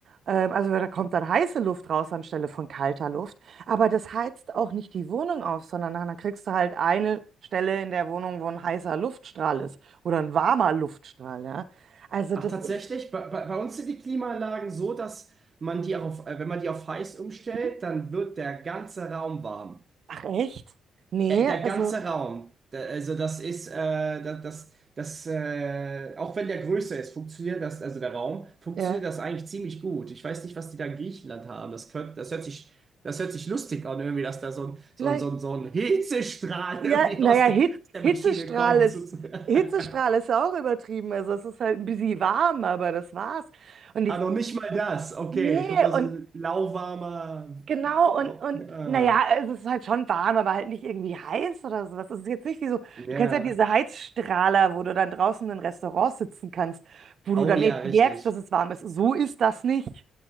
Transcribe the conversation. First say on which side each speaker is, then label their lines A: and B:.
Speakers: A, on the right; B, on the right.
A: Ähm, also da kommt dann heiße Luft raus anstelle von kalter Luft. Aber das heizt auch nicht die Wohnung auf, sondern dann dann kriegst du halt eine Stelle in der Wohnung, wo ein heißer Luftstrahl ist oder ein warmer Luftstrahl. Ja? Also
B: Ach,
A: das
B: tatsächlich,
A: ist...
B: bei, bei, bei uns sind die Klimaanlagen so, dass man die auch auf, äh, wenn man die auf heiß umstellt,
A: so,
B: dann wird der ganze Raum warm.
A: Ach echt? Nee,
B: Äh, Der
A: also
B: ganze Raum, da, also das ist, äh, das, das, das äh, auch wenn der größer ist, funktioniert das, also der Raum, funktioniert
A: ja,
B: das eigentlich ziemlich gut. Ich weiß nicht, was die da in Griechenland haben. Das, könnt, das hört sich, das hört sich lustig an, irgendwie, dass da so ein,
A: vielleicht...
B: so ein, so ein, so ein Hitzestrahl
A: Ja,
B: <laughs> irgendwie
A: naja,
B: aus der,
A: Hit,
B: aus der
A: Hitzestrahl
B: Maschine kommt.
A: ist... Hitzestrahl
B: <laughs>
A: ist ja auch übertrieben. Also es ist halt ein bisschen warm, aber das war's. Und ich...
B: Ah, noch nicht mal das. Okay,
A: Nee,
B: kommt da
A: und
B: so ein lauwarmer.
A: Genau, und,
B: Lau
A: und
B: ah,
A: naja, es ist halt schon warm, aber halt nicht irgendwie heiß oder sowas. Es ist jetzt nicht wie so,
B: ja.
A: du kennst ja diese Heizstrahler, wo du dann draußen in Restaurants sitzen kannst, wo du
B: Oh
A: dann
B: ja,
A: echt
B: richtig.
A: merkst, dass es warm ist. So ist das nicht.